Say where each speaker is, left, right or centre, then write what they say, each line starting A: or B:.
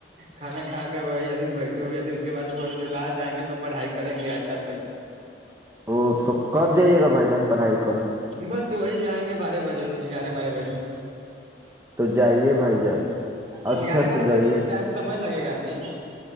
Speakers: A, on the right; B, on the right.
A: کھانا کھا کر وہی ابھی بیٹھے ہوئے تھے اس کے بعد تھوڑی دیر بعد جائیں گے تو پڑھائی کریں گے اچھا سے
B: وہ تو کب جائیے گا بھائی جان پڑھائی کا
A: بس ص وہی جائیں گے بارہ بجے گیارہ بارہ بجے
B: تو جائیے بھائی جان اچھا
A: گارے
B: سے
A: بارے
B: جائیے
A: بجے میں سمج لگے گا ابھی